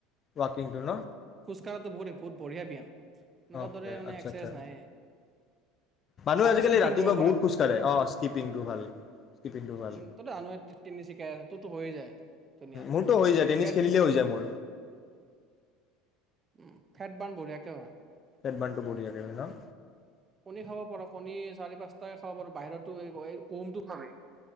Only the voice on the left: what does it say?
ৱাকিং টো ন'।
অকে
আচছা,
আচছা।
মানুহে
আজিকালি
ৰাতিপুৱা
বহুত খোজ কাঢ়ে, অ', স্কিপিংটো ভাল, স্কিপিং টো ভাল।
মোৰটো হৈ
যায়, টেনিছ
খেলিলে হৈ যায় মোৰ।
ফেট ৰ্বাণ টো বঢ়িয়া কে হয় ন?